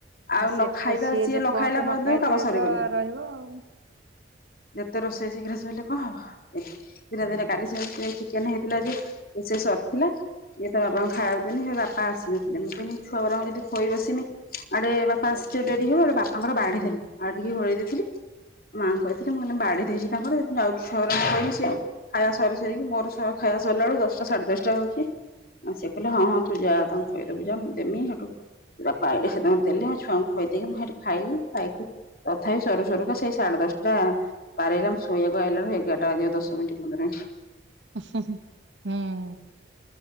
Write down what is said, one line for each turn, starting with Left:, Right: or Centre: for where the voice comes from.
Left: ଆଉ
Right: ସେ
Left: ନ ଖାଇବା ସିଏ
Right: ଯେ
Left: ନ ଖାଇଲା ପର୍ଯ୍ୟନ୍ତ
Right: ଖାଇଥିବେ
Left: କାମ ସରିବନି।
Right: ତ ରହିବ ଆଉ।
Left: ଯେତେ ରୋଷେଇ ଶୀଘ୍ର ଶୋଇଲେ କଣ ହବ। ଏ ଦିନେ
Right: ହଁ
Left: ଦିନେ କାଲି ସେମିତି ହେଇଚି କେନ ହେଇଥିଲା ଯେ ସେ ସରି ଥିଲା ଇଏ ତା ବାବାଙ୍କୁ ଖାଇବାକୁ ଦେନି ସେ ବାପା ଆସିନଥିଲେ ମୁଁ କହିଁଲି ଛୁଆରାଙ୍କୁ ଯଦି ଖୋଇ ବସିମି ଆଡେ ବାପା ଆସିଯିବେ ଡେରି ହବ। ହେଠୁ ବାପାଙ୍କର ବାଢ଼ିଦେଲି ବାଢିକି ଘୋଡ଼େଇ ଦେଇଥିଲି ମାଆଙ୍କୁ କହିଥିଲି ମୁଁ କହିଲି ବାଢି ଦେଇଛି ତାଙ୍କର ଯାଉଛି ଛିଆରାଙ୍କୁ ଖୋଇମି ସେ ଖାଇବା ସରିି ସରିକି ମୋର ସ ଖାଇବା ସରିଲା ବେଳକୁ ଦଶଟା ସାଢେ ଦଶଟା ହୋଉଛି। ଆ ସେ କହିଲ ହଁ ହଁ ତୁ ଯା ତାଙ୍କୁ ଖୋଇଦୋବୁ ଯା ଦେମି ହେଠୁ ବାପା ଆଇଲେ ସେ ତାଙ୍କର ଦେଲେ। ମୁ ଛୁଆଙ୍କୁ ଖୋଇଦେଇକି ମୁଁ ହେଠୁ ଖାଇଲି ଖାଇକି ତଥାପି ସରୁ ସରୁ କା ସେଇ ସାଢେ ଦଶଟା ପାରିହେଲା ମୁ ଶୋଇବାକୁ ଆଇଲାବେଳକୁ ଏଗାରଟା ବାଜିବାକୁ ଦଶ ମିନିଟ୍ ପନ୍ଦର ମିନିଟ।
Right: ହୁଁ।